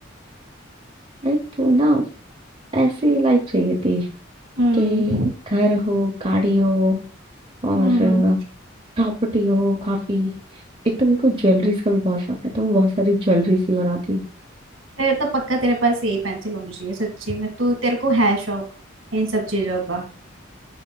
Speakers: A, on the right; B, on the right.
A: भाई तो ना ऐसी लाइफ चाहिए थी
B: हम्म
A: कि घर हो गाड़ी हो और
B: हम्म
A: प्रॉपर्टी हो काफी एक तो मेरे को ज्वेलरीज का भी बहुत शौक है तो मैं बहुत सारी ज्वेलरीज भी बनाती
B: फिर तो पक्का तेरे पास यही पेंसिल होनी चाहिए सच्ची में तू तेरे को है शौक इन सब चीजों का